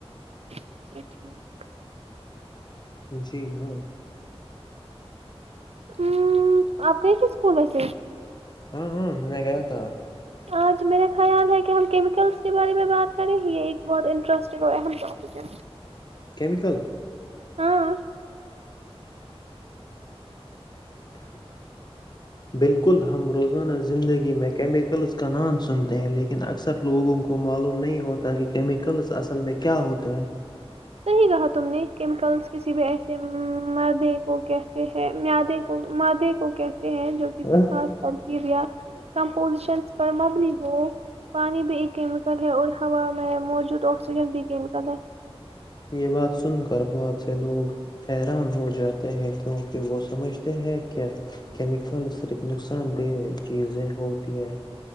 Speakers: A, on the right (about 75°); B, on the left (about 40°).
A: اچا ٹھیک
B: جی ہاں
A: ہ آپ گئے تھے اسکول ویسے
B: ہاں ہاں میں گیا تھا
A: آج میرا خیال ہے کہ ہم کیمکلس کے بارے میں بات کریں یہ ایک بہت انٹرسٹگ ہے چف کیا
B: کیمیکل
A: ہاں
B: بالکل ہم روزانہ زندگی میں کیمیکلس کا نام سنتے ہیں لیکن اکثر لوگوں کو معلوم نہیں ہوتا کہ کیمیکلس اصل میں کیا ہوتا ہے
A: صحیح کہا تم نے کیمیکلز کسی بھی ایسے مادے کو کیستے ہیں مدے کو مدے کو ہیں جو
B: ہیں
A: کسی خاص ترکیب یا کمپوزیشن پر مبلی ہو پانی بھی ایک کیمیکل ہے اور ہوا میں موجود آکسیجن بھی کیمیکل ہے
B: یہ بات سن کر بہت سے لوگ حیران ہو جاتے ہیں کیونکہ وہ سمجھتے ہیں کیا کیمیکل صرف نقصان دہ چیزیں ہوتی ہے